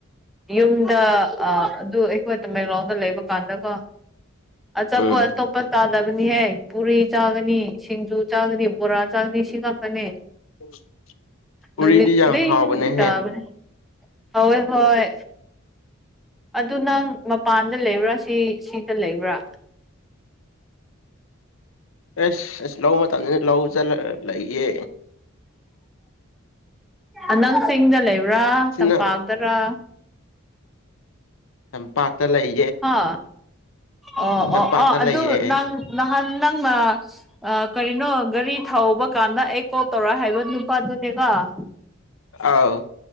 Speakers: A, in the centre; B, on the left (about 70°).
A: ꯌꯨꯝꯗ ꯑꯥ ꯑꯗꯨ ꯑꯩꯈꯣꯏ ꯇꯃꯦꯡꯂꯣꯡꯗ ꯂꯩꯕ ꯀꯥꯟꯗꯀꯣ ꯑꯆꯥꯄꯣꯠ
B: ꯎꯝ
A: ꯑꯇꯣꯞ ꯄ ꯇꯥꯅꯕꯅꯤꯍꯦ ꯄꯨꯔꯤ ꯆꯥꯒꯅꯤ ꯁꯤꯡꯖꯨ ꯆꯥꯒꯅꯤ ꯕꯣꯔꯥ ꯆꯥꯒꯅꯤ ꯁꯤ ꯉꯥꯠꯇꯅꯦ
B: <inaudible> ꯄꯨꯔꯤꯗꯤ
A: ꯅꯨꯃꯤꯠ ꯈꯨꯗꯤꯡ
B: ꯌꯥꯝ ꯍꯥꯎꯕꯅꯦꯍꯦ
A: ꯇꯥꯕꯅꯦ ꯍꯣꯏ ꯍꯣꯏ ꯑꯗꯨ ꯅꯪ ꯃꯄꯥꯟꯗ ꯂꯩꯕ꯭ꯔꯥ ꯁꯤ ꯁꯤꯗ ꯂꯩꯕ꯭ꯔꯥ
B: ꯑꯁ ꯑꯁ ꯂꯧ ꯃꯇꯝꯅꯤꯅ ꯂꯧ ꯆꯂ ꯂꯩꯌꯦ
A: ꯑ ꯅꯪ ꯆꯤꯡꯗ ꯂꯩꯕ꯭ꯔꯥ
B: ꯁꯤꯅ
A: ꯇꯝꯄꯥꯛꯇꯔꯥ
B: ꯇꯝꯄꯥꯛꯇ ꯂꯩ
A: ꯍꯥ ꯑꯣ
B: ꯇꯝꯄꯥꯛꯇ
A: ꯑꯣ ꯑꯣ ꯑꯗꯨ
B: ꯂꯩꯌꯦ
A: ꯅꯪ ꯅꯍꯥꯟ ꯅꯪꯅ ꯑꯥ ꯀꯔꯤꯅꯣ ꯒꯔꯤ ꯊꯧꯕ ꯀꯥꯟꯗ ꯑꯩ ꯀꯣꯜ ꯇꯧꯔꯣ ꯍꯥꯏꯕ ꯅꯨꯄꯥꯗꯨꯅꯦꯀꯣ <inaudible>
B: ꯑꯥꯎ